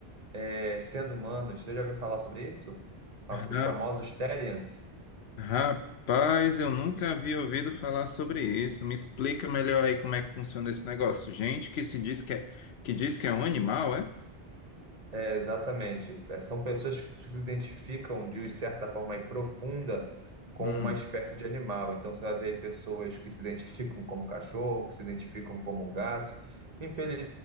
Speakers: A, on the right; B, on the left.
A: é, sendo humanos. Você já ouviu falar sobre isso? Os
B: Ra-
A: famosos Therians.
B: Rapaz, eu nunca havia ouvido falar sobre isso. Me explica melhor aí como é que funciona esse negócio. Gente que se diz que é, que diz que é um animal, é?
A: É, exatamente. É, são pessoas que se identificam de certa forma aí profunda com
B: Hum,
A: uma espécie de animal. Então você vai ver aí pessoas que se identificam como cachorro, que se identificam como gato. Infeliz,